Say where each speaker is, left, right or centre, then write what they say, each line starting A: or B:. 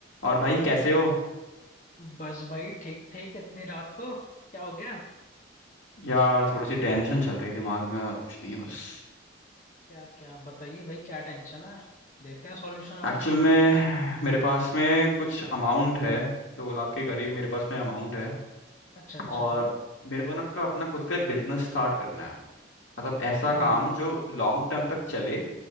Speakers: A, on the left (about 75°); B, on the left (about 40°).
A: और भाई कैसे हो
B: बस भाई ठीक ठीक इतनी रात को क्या हो गया
A: यार थोड़ी सी टेंशन चल रही दिमाग में और कुछ नहीं है बस
B: क्या क्या बताइए भाई क्या टेंशन है देते हैं सॉल्यूशन आपको
A: एक्चुअल में मेरे पास में कुछ अमाउंट है दो लाख के करीब मेरे पास में अमाउंट है
B: अच्छा अच्छा
A: और
B: हाँ
A: मेरे को ना अपना अपना खुद का एक बिजनेस स्टार्ट करना है मतलब ऐसा
B: हाँ
A: काम
B: हाँ
A: जो
B: हाँ हाँ।
A: लॉन्ग टर्म तक चले